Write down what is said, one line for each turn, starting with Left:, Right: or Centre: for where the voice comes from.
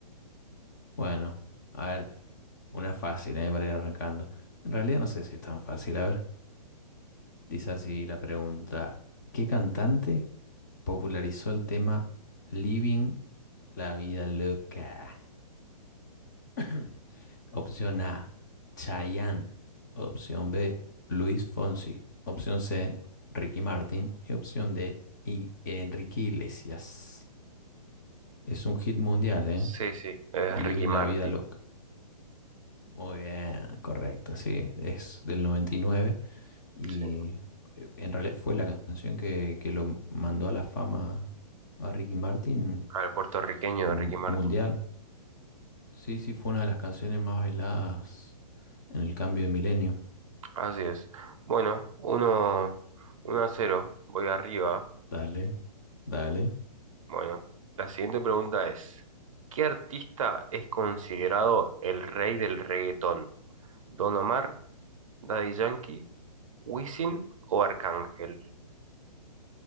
Left: Bueno, a ver, una fácil, eh, para ir arrancando. En realidad no sé si es tan fácil. A ver, dice así la pregunta. ¿Qué cantante popularizó el tema Living la vida loca? <clears throat> Opción A, Chayanne. Opción B, Luis Fonsi. Opción C, Ricky Martin. Y opción D, I- Enrique Iglesias. Es un hit mundial, ¿eh?
Right: Sí, sí, es
Left: Living
Right: Ricky Martin.
Left: la vida loca. Muy bien, correcto. Sí, es del 99 y
Right: Sí,
Left: nueve y eh, en realidad fue la canción que, que lo mandó a la fama a Ricky Martin
Right: al puertorriqueño
Left: eh,
Right: de
Left: mun-
Right: Ricky Martin.
Left: mundial. Sí, sí, fue una de las canciones más bailadas en el cambio de milenio.
Right: Así es. Bueno, uno, uno a cero, voy arriba.
Left: Dale, dale.
Right: Bueno, la siguiente pregunta es, ¿qué artista es considerado el rey del reggaetón? ¿Don Omar, Daddy Yankee, Wisin o Arcángel?